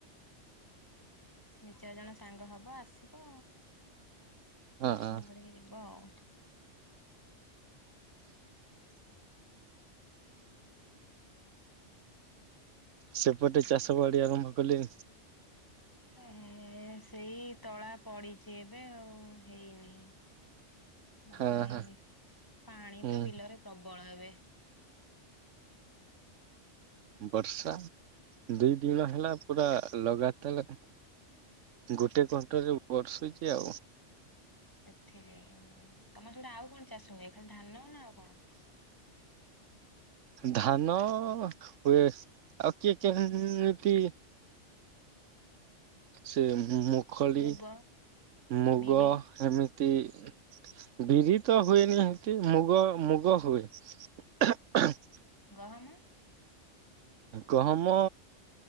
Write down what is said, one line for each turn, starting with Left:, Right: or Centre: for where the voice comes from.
Left: ଦି ଚାରି ଜଣ ସାଙ୍ଗ ହବ ଆସିବ।
Right: ହଁ
Left: ଦର୍ଶନ କରିକି ଯିବ ଆଉ।
Right: ସେପଟେ ଚାଷ ବାଡି ଆରମ୍ଭ କଲେ
Left: ଏ ସେଇ ତଳା ପଡିଛି ଏବେ। ଆଉ ହେଇନି। ଲଗା
Right: ହଁ
Left: ହେଇନି।
Right: ହଁ
Left: ପାଣି
Right: ହୁଁ
Left: ତ ବିଲରେ ପ୍ରବଳ ହେବେ।
Right: ବର୍ଷା ଦି ଦିନ ହେଲା ପୁରା ଲଗା ତାହେଲେ, ଗୋଟେ କଣ୍ଟରେ ବର୍ଷୁଛି ଆଉ।
Left: ସେଥିକି ଆଁ, ତମର ସିଆଡେ ଆଉ କଣ ଚାଷ ହୁଏ? ଖାଲି ଧାନ ନା ଆଉ କଣ?
Right: ଧାନ ହୁଏ ଆଉ କିଏ କେମିତି ସେ ମୁଖଳି
Left: ମୁଗ,
Right: ମୁଗ
Left: ବିରି,
Right: ଏମିତି ତି ବିରି ତ ହୁଏନି ସେଠୀ, ମୁଗ ମୁଗ ହୁଏ। <unintelligible>
Left: ଗହମ?
Right: ଗହମ,